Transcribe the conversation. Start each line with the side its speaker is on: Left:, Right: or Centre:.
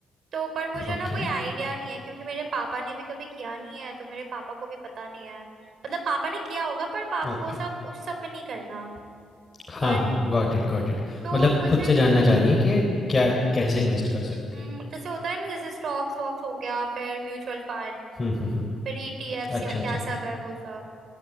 Right: तो पर मुझे
Left: okay,
Right: ना कोई आइडिया नहीं है क्योंकि मेरे पापा ने भी कभी किया नहीं है तो मेरे पापा को भी पता नहीं है मतलब पापा ने किया होगा पर पाप
Left: okay.
Right: वो सब उस सब में नहीं करना
Left: हाँ,
Right: बट
Left: हाँ, गॉट इट, गॉट इट।
Right: तो
Left: मतलब
Right: मुझे
Left: खुद से जानना चाह रही है कि क्या कैसे इन्वेस्ट कर सकती
Right: हम्म,
Left: है।
Right: जैसे होता है ना जैसे स्टॉक्स वॉक्स हो गया फिर म्यूचुअल फंड
Left: <laughs>
Right: फिर ईटीएफ्स
Left: अच्छा,
Right: या क्या
Left: अच्छा।
Right: सब है वो सब